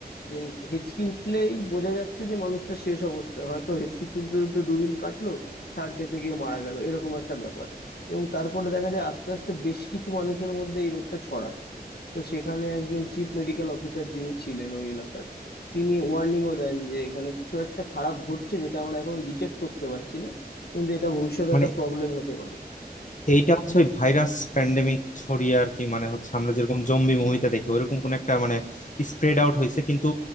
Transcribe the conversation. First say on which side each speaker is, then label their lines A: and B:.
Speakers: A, on the left; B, on the left.
A: যে হেঁচকি উঠলেই বোঝা যাচ্ছে যে মানুষটা শেষ অবস্থা হয়তো হেঁচকি তুলতে তুলতে দুদিন কাটলো থার্ড ডেতে গিয়ে মারা গেল এরকম একটা ব্যাপার এবং তারপরে দেখা যায় আস্তে আস্তে বেশ কিছু মানুষের মধ্যে এই রোগটা ছড়ায় তো সেখানে একজন চিফ মেডিকেল অফিসার যিনি ছিলেন ওই এলাকার তিনি ওয়ার্নিংও দেন যে এখানে কিছু একটা খারাপ ঘটছে যেটা আমরা এখনো ডিটেক্ট করতে পারছি না কিন্তু এটা ভবিষ্যতে
B: মানে
A: একটা প্রবলেম হতে পারে
B: এইটা হচ্ছে ওই ভাইরাস প্যান্ডেমিক ছড়িয়ে আর কি মানে হচ্ছে আমরা যেরকম জম্বি মুভিতে দেখি ওইরকম কোন একটা মানে স্প্রেড আউট হয়েছে কিন্তু